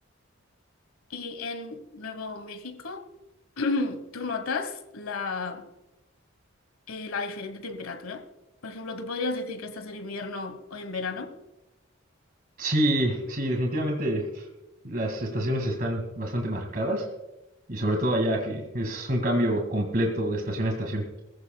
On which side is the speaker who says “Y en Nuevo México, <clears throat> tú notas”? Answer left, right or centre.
Left